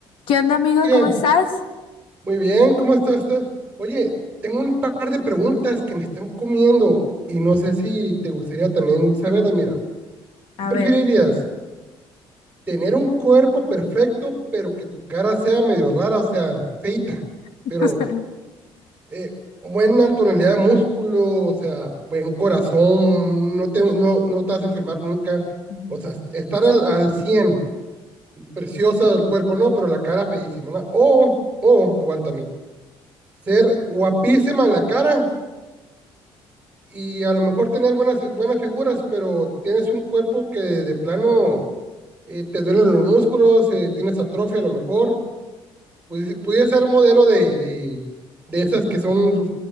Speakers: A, on the left; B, on the right.
A: ¿Qué onda, amigo?
B: Oiga,
A: ¿Cómo estás?
B: muy bien, ¿cómo está usted? Oye, tengo un par de preguntas que me están comiendo y no sé si te gustaría también saberlas. Mira,
A: A
B: ¿qué preferirías?
A: ver,
B: ¿Tener un cuerpo perfecto, pero que tu cara sea medio rara, o sea, feita,
A: <laughs>
B: pero eh, buena tonalidad de músculo, o sea, buen corazón, no te, no, no te vas a enfermar nunca?
A: Ujú.
B: O sea, estar al, al 100, preciosa del cuerpo, no, pero la cara feísima, ¿no? O, o, aguántame ser guapísima en la cara y a lo mejor tener buenas, buenas figuras, pero tienes un cuerpo que de plano eh, te duelen los músculos, eh, tienes atrofia a lo mejor. Pudi- Pudiera ser modelo de, de, de esas que son